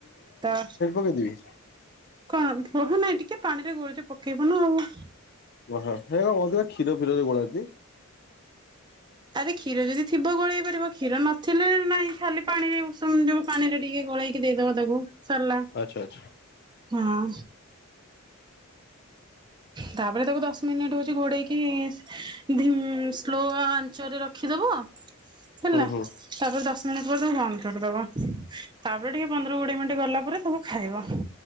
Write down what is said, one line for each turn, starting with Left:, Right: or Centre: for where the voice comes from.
Right: ତ
Left: ମିତି ଦେବି?
Right: କଣ ପହୁ ନାଇଁ ଟିକେ ପାଣି ରେ ଗୋଳିଚ ପକେଇବ ନା ଆଉ।
Left: ଓହୋ ହେ ବା ଅଧିକ କ୍ଷୀର ଫୀରରେ ଗୋଳାନ୍ତି।
Right: ଆରେ କ୍ଷୀର ଯଦି ଥିବ ଗୋଳେଇ ପାରିବ କ୍ଷୀର ନଥିଲେ ନାଇଁ ଖାଲି ପାଣିରେ ଉଷୁମ ଯୋଉ ପାଣିରେ ଟିକେ ଗୋଳେଇକି ଦେଇଦବ ତାକୁ ସରିଲା।
Left: ଆଚ୍ଛା ଆଚଛା।
Right: ହଁ। ତାପରେ ତାକୁ ଦଶ ମିନିଟ ହଉଚି ଘୋଡେଇକି ଉଁ ଧୀମ ସ୍ଲୋ ଆଞ୍ଚରେ ରଖିଦବ। ହେଲା।
Left: ହୁଁ ହୁଁ
Right: ତାପରେ ଦଶ ମିନିଟ୍ ପରେ ତାକୁ ବନ୍ଦ କରିଦବ। ତାପରେ ଟିକେ ପନ୍ଦର କୋଡିଏ ମିନିଟ୍ ଗଲା ପରେ ତାକୁ ଖାଇବ।